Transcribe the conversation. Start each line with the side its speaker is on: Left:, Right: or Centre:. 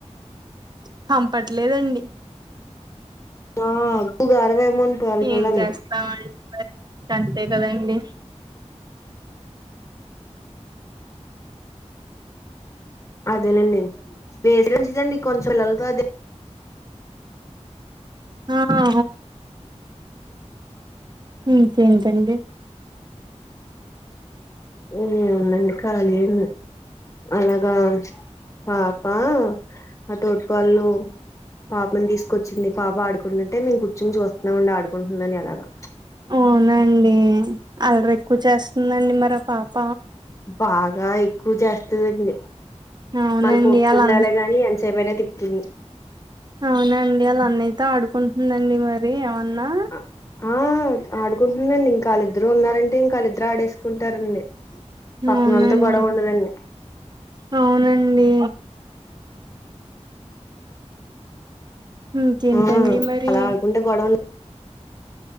Right: పంపట్లేదండి.
Left: ఆ గరవ ఏమౌం పోవాలి పళ్ల్లని
Right: ఏం
Left: <unintelligible>
Right: మరి అంతే కదండి
Left: అదేనండి <unintelligible>
Right: ఆ ఆ ఇంకేంటండి.
Left: ఏ ఉందండి ఖాళీ యే అలగా పాపా ఆ తోటి కోడలు పాపని తీసుకొచ్చింది పాప ఆడుకుంటుంటే మేము కూర్చుని చూస్తున్నాంమండి ఆడుకుంటుందని అలాగా.
Right: అవునండి అల్లరి ఎక్కువ చేస్తుందండి మరి పాప
Left: బాగా ఎక్కువ చేస్తుందండి
Right: అవునండి
Left: మనకు ఒప్కుండాలే
Right: అలా అన్న
Left: గాని ఆ ఎంత సేపు అయినా తిప్పుతుంది
Right: అవునండి అళ్ళ అన్నయి తో ఆడుకుంటుందండి మరి ఏమన్నా
Left: ఆ ఆ ఉమ్ ఆడుకుంటుందండి ఇంకాళ్ళిద్దరు ఉన్నారంటే ఇంకాళ్ళిద్దరు ఆడేసుకుంటారండి పక్కన
Right: అవునండి
Left: వాళ్ళతో గొడవ ఉండదండి
Right: అవునండి ఇంకేంటండి
Left: ఆ
Right: మరి
Left: అలా ఆడుకుంటే గొడవ